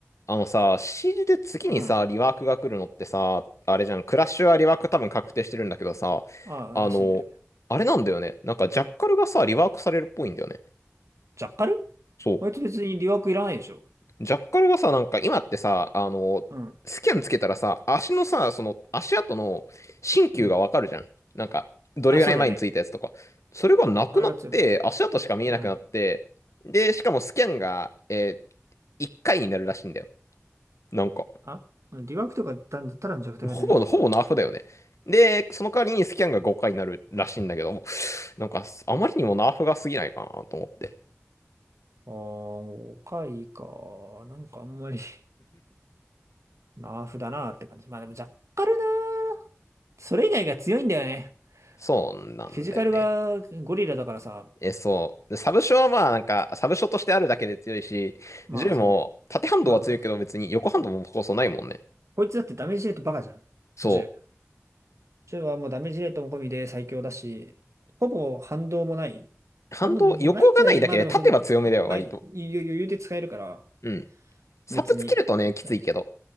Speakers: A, on the left (about 80°); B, on the right (about 75°).
A: あのさ、CG で次にさ、
B: うん。
A: リワークが来るのってさ、あれじゃん、クラッシュはリワーク多分確定してるんだけどさ、
B: ああ、
A: あの、
B: らしいね。
A: あれなんだよね。なんかジャッカルがさ、リワークされるっぽいんだよね。
B: ジャッカル
A: そ
B: あいつ別に留学いらないでしょ。
A: う。ジャッカルがさ、なんか今ってさ、あの、
B: うん。
A: スキャンつけたらさ、足のさ、その足跡の新旧がわかるじゃん。
B: うん。
A: なんか、どれぐらい前についたやつとか。
B: あ、そうだね。
A: それがなくなって、
B: あれが強いもんね。
A: 足跡しか見えなくなって、
B: うん。
A: で、しかもスキャンが、えー、1回になるらしいんだよ。なんか。
B: あ、留学とかただただの弱体化じゃね
A: ほぼの、ほぼナーフだよね。で、その代わりにスキャンが5回になるらしいんだけど、なんか、あまりにもナーフが過ぎないかなと思って。
B: ああー、おかいか。なんかあんまり <laughs> ナーフだなって感じ。まあでもジャッカルなー。それ以外が強いんだよね。
A: そうなんだよね。
B: フィジカルがゴリラだからさ。
A: え、そう。で、サブショはまあ、なんか、サブショとしてあるだけで強いし、
B: まあそうね。
A: 銃も、縦反動は強いけど別に横反動もこそないもんね。
B: まあ、こいつだってダメージレートバカじゃん。
A: そ
B: 銃ジョイはもうダメージレートも込みで最強だし、ほぼ反動もない。
A: う。反動、
B: 反動ないんじゃないけど、
A: 横がないだけで縦は強めだよ、
B: まあでもその、いまあ、
A: 割と。
B: 余裕で使えるから、
A: うん。サプつけるとね、
B: 別に。
A: きついけど。
B: なんじ